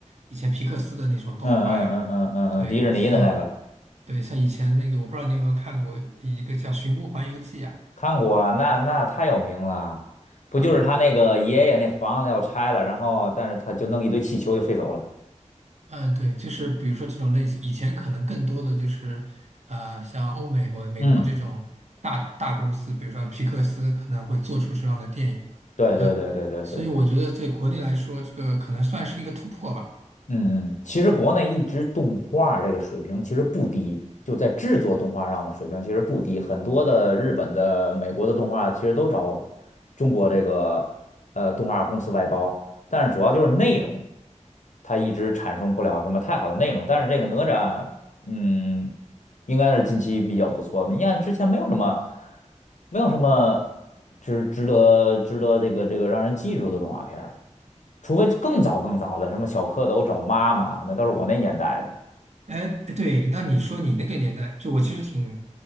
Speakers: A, on the right; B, on the left.
A: 以前皮克斯的那种动画呀，
B: 嗯嗯嗯嗯嗯嗯，
A: 对，
B: 迪士尼的那个
A: 像对像以前那个，我不知道你有没有看过一个叫《寻乌环游记》啊，
B: 看过啊，那那太有名了。不就是他那个爷爷那房子要拆了，
A: 啊。
B: 然后但是他就弄一堆气球就飞走了。
A: 嗯，呃对，就是比如说这种类型，以前可能更多的就是，呃，像欧美、美美国这种大大公司，
B: 嗯，
A: 比如说皮克斯可能会做出这样的电影嘛。
B: 对对对对对对对。
A: 可，所以我觉得在国内来说，这个可能算是一个突破吧。
B: 嗯嗯，其实国内一直动画这个水平其实不低，就在制作动画上的水平其实不低，很多的日本的、美国的动画其实都找中国这个呃动画公司外包，但是主要就是内容，它一直产生不了什么太好的内容。但是这个哪吒，嗯，应该是近期比较不错的，你看之前没有什么，没有什么值值得值得这个这个让人记住的动画片儿。除非更早更早的，什么小蝌蚪找妈妈，那都是我那年代的。
A: 哎，对，那你说你那个年代，就我其实挺，